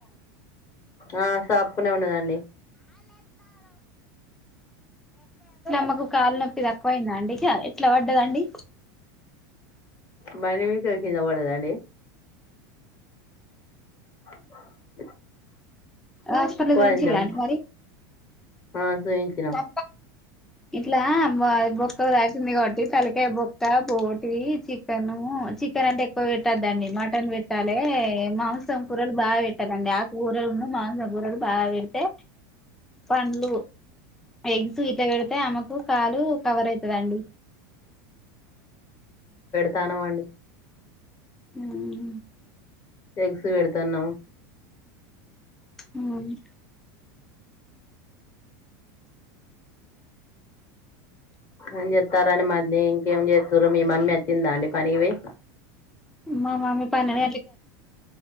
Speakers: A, on the left; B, in the centre.
A: ఆ సాప్గానే ఉన్నదండి
B: మ్మకు కాలు నొప్పి తక్కువయిందా అండి ఇకా ఎట్లా పడ్డదండి
A: బనీ మీ కకిినవడద అండి అ
B: రాష్టపల్ దూనించ
A: అయిందాం
B: అ మరి
A: ఆ చూయించినాం
B: చె ఇట్లా బొక్క దాసింది కాబట్టి తలకాయ బొక్క బోట్ టి చికెను చికెన్ అంటే తకువ పెట్టద్దండి మటన్ పెట్టాలి మాంసం కూరలు బాగా పెట్టదండి ఆకు కూూరలున్న మాంసం కూరలు బాగా పెడితే పండ్లు ఎగ్స్ ఇతే వెడతే అమకు కాలు కవర్ అవుతుంది అండి
A: తానుండి
B: హ్మ్మ
A: ఎగ్స్ పెడదాన్నావు
B: అవును
A: అని చెప్తారని మధ్య ఇంకేం చేస్తారు మీ మమ్మీ వచ్చిందా అండి పనివి
B: మా మమ్మీ పన్నెండు